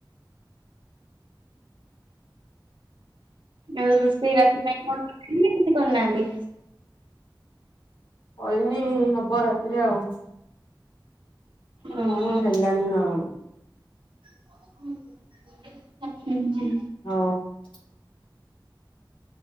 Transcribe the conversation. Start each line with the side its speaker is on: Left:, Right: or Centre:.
Right: ଆଉ ରୋଷେଇ ରାତି ପାଇଁ କଣ କଲେଣି ନା କିଛି କରି ନାହାନ୍ତି?
Left: କରିନି ହବ ରାତିରେ ଆଉ। ହଁ
Right: ଓହୋ
Left: ହେଲାଣି ନା କଣ?
Right: <unintelligible>
Left: <unintelligible>